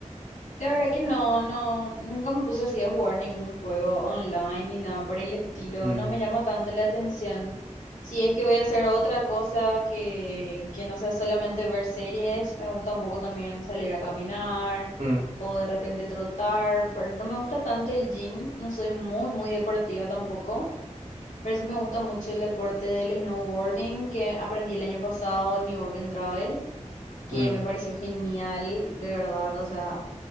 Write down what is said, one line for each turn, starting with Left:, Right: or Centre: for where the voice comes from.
Left: La verdad que no, no, nunca me puse así a jugar ningún juego online ni nada por el estilo.
Right: Mm,
Left: No me llama tanto la atención. Si es que voy a hacer otra cosa que, que no sea solamente ver series, me gusta un poco también salir a caminar
Right: mm,
Left: o de repente trotar, pero no me gusta tanto el gym, no soy muy, muy deportiva tampoco, pero sí me gusta mucho el deporte del snowboarding que aprendí el año pasado en mi Work and Travel, que
Right: mm.
Left: me pareció genial, de verdad, o sea